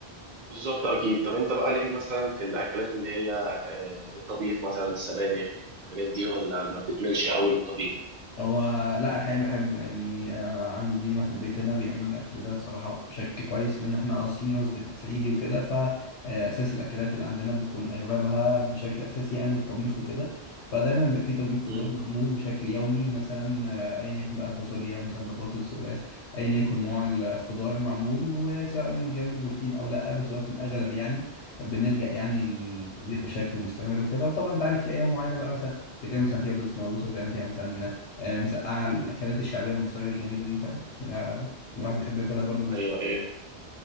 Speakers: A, on the right; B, on the left.
A: بالظبط اكيد طب انت بقى ليك مثلا في الاكلات اللي هي آه، الطبيخ مثلا السبانخ الحاجات دي ولا ما بتملش قوي للطبيخ
B: هو لا الحقيقة بحبه يعني آه، عندنا في البيت هنا بيعملوا الأكل ده صراحة بشكل كويس لأن احنا أصلنا صد- صعيدي وكده فأساس الأكلات اللي عندنا بتكون أغلبها بشكل أساسي يعني الطبيخ وكده فدايما بيبقى في طبيخ
A: مم.
B: خضار معمول بشكل يومي مثلا آه، أيا يكن بقى فاصوليا مثلا بطاطس قلقاس أيا يكن نوع الخضار معمول وسواء جنبه بروتين أو لأ بس هو في الأغلب يعني بنلجأ يعني للطبيخ بشكل مستمر وكده وطبعا أنت عارف في أيام معينة بقى مثلا بتعمل مثلا فيها بطاطس مهروسة بتعمل فيها مثلا آه، مسقعة الأكلات الشعبية المصرية الجميلة دي فاهم يعني، آه، الواحد بيحب ياكلها برضه بس
A: ايوه ايوه